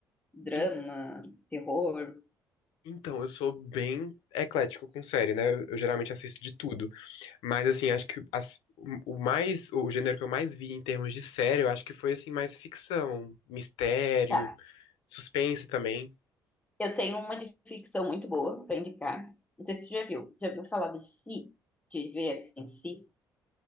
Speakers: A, on the left; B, on the left.
A: drama,
B: en-
A: terror?
B: então, eu sou bem eclético com série, né? Eu, eu geralmente assisto de tudo. Mas assim, acho que as- o o mais, o gênero que eu mais vi em termos de série, eu acho que foi assim mais ficção, mistério,
A: tá
B: suspense também.
A: Eu tenho uma de ficção muito boa para indicar. Não sei se você já viu. Já viu falar de Si? De ver em Si?